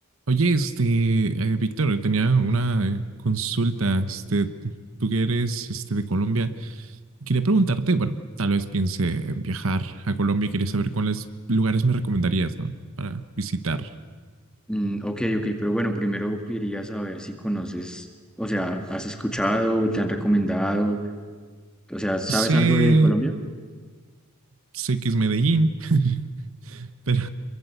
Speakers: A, on the right; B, in the centre.
A: Oye, este, eh, Víctor, tenía una eh, consulta, este, tú que eres, este, de Colombia, quería preguntarte, bueno, tal vez piense en viajar a Colombia y quería saber cuáles lugares me recomendarías, ¿no? Para visitar.
B: Mm, ok, ok, pero bueno, primero quería saber si conoces, o sea, has escuchado, te han recomendado, o sea, ¿sabes
A: Sé,
B: algo de Colombia?
A: sé que es Medellín, <laughs> pero,